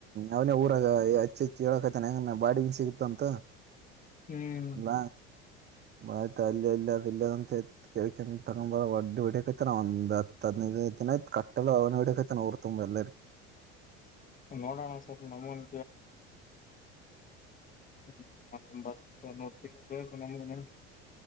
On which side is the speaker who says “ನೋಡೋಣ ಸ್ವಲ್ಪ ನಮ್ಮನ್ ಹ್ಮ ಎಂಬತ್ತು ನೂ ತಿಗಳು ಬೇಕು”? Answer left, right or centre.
Left